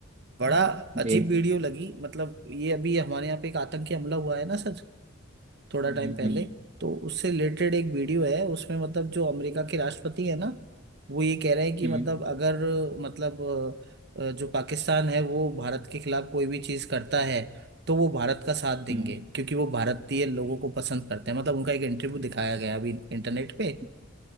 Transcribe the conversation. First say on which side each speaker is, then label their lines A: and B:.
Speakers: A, on the right; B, on the right.
A: बड़ा
B: जी
A: अजीब वीडियो लगी मतलब ये अभी हमारे यहाँ पे एक आतंकी हमला हुआ है ना सर थोड़ा
B: हम्म
A: टाइम
B: हम्म
A: पहले तो उससे रिलेटेड एक वीडियो है उसमें मतलब जो अमेरिका के राष्ट्रपति है ना वो ये कह रहे हैं कि
B: हम्म
A: मतलब अगर मतलब अ, अ, जो पाकिस्तान है वो भारत के खिलाफ कोई भी चीज करता है तो वो भारत का साथ देंगे
B: हम्म
A: क्योंकि वो भारतीय लोगों को पसंद करते हैं मतलब उनका एक इंटरव्यू दिखाया गया अभी इंटरनेट पे
B: हम्म,